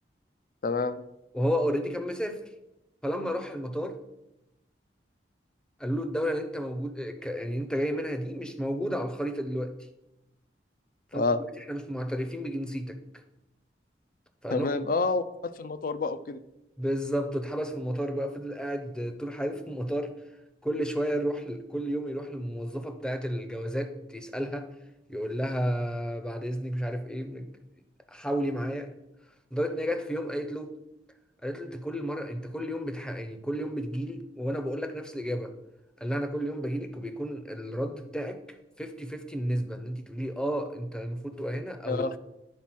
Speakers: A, on the left; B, in the centre.
A: تمام
B: وهو أوريدي كان مسافر فلما راح المطار قالوا له الدولة اللي أنت موجود ك- يعني أنت جاي منها دي مش موجودة على الخريطة دلوقتي فأنت
A: اه
B: دلوقتي إحنا مش معترفين بجنسيتك فقال
A: تمام اه وفات في المطار بقى وكده
B: بالظبط اتحبس في المطار بقى فضل قاعد طول حياته في المطار كل شوية يروح كل يوم يروح للموظفة بتاعة الجوازات يسألها يقول لها بعد إذنك مش عارف إيه بنك- حاولي معايا لدرجة إن هي جت في يوم قالت له قالت له أنت كل مرة أنت كل يوم بتح... يعني كل يوم بتجيلي وأنا بقول لك نفس الإجابة قال لها أنا كل يوم بجيلك وبيكون الرد بتاعك 50 50 النسبة إن أنت تقولي أه أنت المفروض تبقى هنا أو
A: آه.
B: لأ